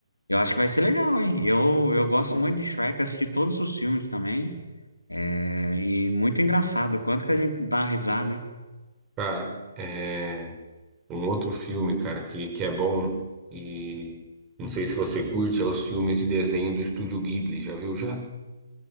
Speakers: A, on the left (about 85°); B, on the right (about 20°).
A: eu acho que vai ser legal, hein? Eu, eu gosto muito de Shrek, assisti todos os filmes também. É, e muito engraçado, quanto que a gente dá risada, hein?
B: Cara, é um outro filme, cara, que, que é bom e não sei se você curte, é os filmes de desenho do Estúdio Ghibli. Já viu já?